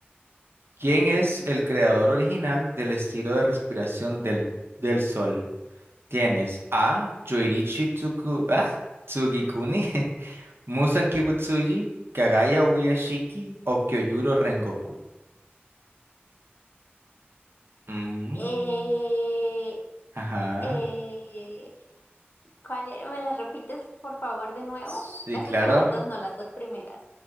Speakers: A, on the right (about 70°); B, on the left (about 50°).
A: ¿quién es el creador original del estilo de respiración del, del sol? Tienes A. Yoirichi Tsuku, ¿ah? Tsugikuni, <laughs> Musan Kibutsuji, Kagaya Ubuyashiki o Kyojuro Rengoku. Mm,
B: Eh,
A: ajá.
B: eh, ¿cuál era? ¿Me las repites, por favor, de nuevo?
A: Sí,
B: Las
A: claro.
B: últimas dos, no, las dos primeras.